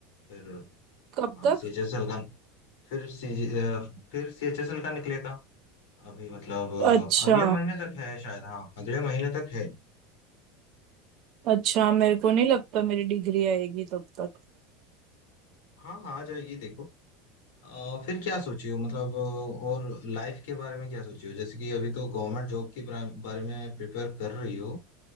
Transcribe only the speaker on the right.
कब
तक
अच्छा
अच्छा मेरे को नहीं लगता मेरी डिग्री आएगी तब तक